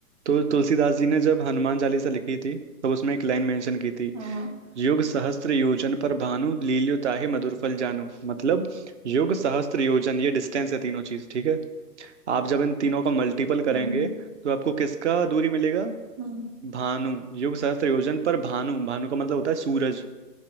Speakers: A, on the right; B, on the right.
A: तो तुलसीदास जी ने जब हनुमान चालीसा लिखी थी तब उसमें एक लाइन मेंशन की थी
B: हाँ
A: युग सहस्त्र योजन पर भानु लील्यो ताहि मधुर फल जानू मतलब युग सहस्त्र योजन ये डिस्टेंस है तीनों चीज ठीक है आप जब इन तीनों का मल्टीपल करेंगे
B: हम्म
A: तो आपको किसका दूरी मिलेगा
B: हम्म
A: भानु योग सहस्त्र योजन पर भानु भानु का मतलब होता है सूरज